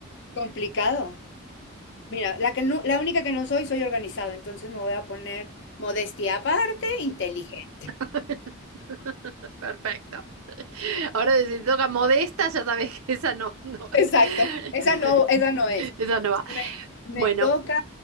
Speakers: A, on the left; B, on the right.
A: complicado. Mira, la que no- la única que no soy, soy organizado, entonces me voy a poner modestia aparte, inteligente.
B: <laughs> Perfecto. Ahora si te toca modesta, ya sabes que esa no, no.
A: <laughs>
B: <laughs>
A: Exacto, esa no, esa no es.
B: Esa no va.
A: Me, me
B: Bueno,
A: toca,